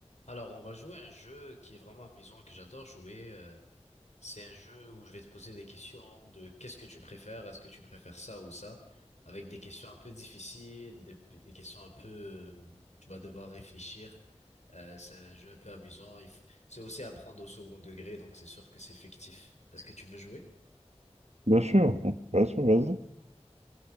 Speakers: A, on the left; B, on the right.
A: Alors, on va jouer à un jeu qui est vraiment amusant, que j'adore jouer. euh, c'est un jeu où je vais te poser des questions de qu'est-ce que tu préfères, est-ce que tu préfères ça ou ça, avec des questions un peu difficiles, des, des questions un peu euh, où tu vas devoir réfléchir. Euh, c'est un jeu un peu amusant. Il f- C'est aussi à prendre au second degré, donc c'est sûr que c'est fictif. Est-ce que tu veux jouer?
B: Bien sûr, bien sûr, vas-y.